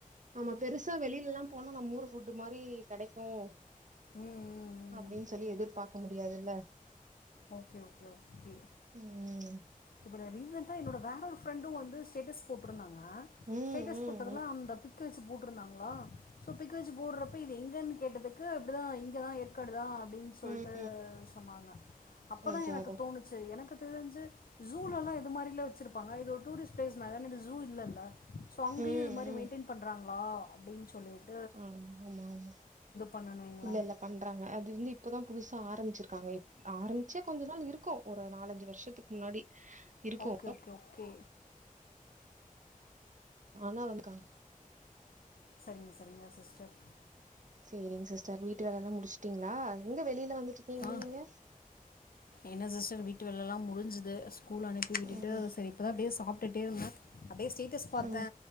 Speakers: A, on the right; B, on the left.
A: நம்ம பெருசா வெளியிலல்லா போன நம்ம ஊர் புட் மாதிரி கிடைக்கும்
B: ம்
A: அப்படின்னு சொல்லி எதிர்பார்க்க முடியாதுல்ல
B: ஓகே ஓகே ஓகே
A: ம்
B: இப்ப ரீசென்டா என்னோட வேற ஒரு ஃப்ரெண்டு வந்து ஸ்டேட்டஸ் போட்ருந்தாங்க
A: ம்
B: ஸ்டேட்டஸ்
A: ம்
B: போட்டதுல
A: ம்
B: அந்த பிக் க்கு வச்சு போட்டுருந்தாங்ளா சோ பிக் வச்சு போடுறப்ப இது எங்கன்னு கேட்டதுக்கு இப்டிதா இங்கதா ஏற்காடுதா அப்டின்னு சொல்ட்டு
A: ம்
B: சொன்னாங்க அப்பதா
A: அதா
B: எனக்கு
A: அதா
B: தோணுச்சு எனக்கு தெரிஞ்சு ஜூலலா இது மாரில்லா வச்சருப்பாங்க இது டூரிஸ்ட்பிளேஸ் மேலே இது ஜூ இல்லல்ல சோ அங்கயு
A: ம்
B: இது மாரி
A: ம்
B: மெயின்டெயின் பண்றாங்களா அப்டின்னு சொல்லிட்
A: ஆமா ஆமா ஆமா
B: பண்ணணுங்களா
A: இல்லல்ல பண்றாங்க அது வந்து இப்பதா புதுசா ஆரம்பிச்சிருக்காங்க ஆரம்பிச்சே கொஞ்சோ நாள் இருக்கு ஒரு நாலஞ்சு வருஷோத்துக்கு முன்னாடி இருக்கு
B: ஓகே ஓகே ஓகே
A: ஆனா வந்துக்கா
B: சரிங்க சரிங்க சிஸ்டர்
A: சேரிங் சிஸ்டர் வீட்டு வேல எல்லா முடிச்சுட்டீங்ளா எங்க வெளியில வந்துட்ருக்கீங்கன்னு
B: ஆ
A: நீங்க
B: என்ன சிஸ்டர் வீட்டு வேல எல்லா முஞ்சுது ஸ்கூல் அனுப்பி விட்டுட்டு
A: ம்
B: சரி இப்ப தா அப்டியே சாப்பிட்டுட்டே இருந்த அப்டியே ஸ்டேட்டஸ் பாத்தே
A: ம்